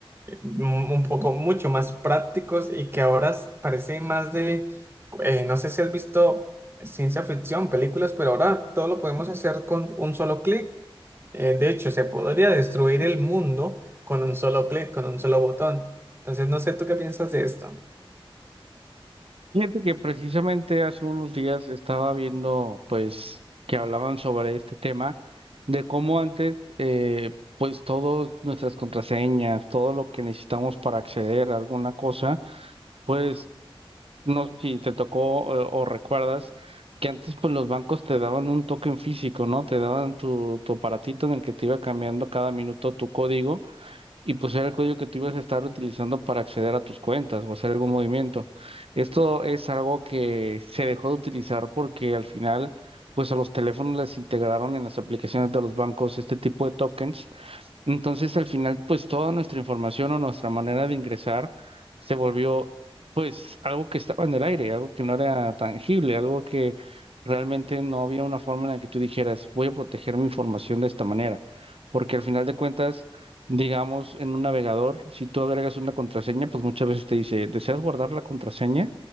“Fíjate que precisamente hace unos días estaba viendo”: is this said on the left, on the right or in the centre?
Right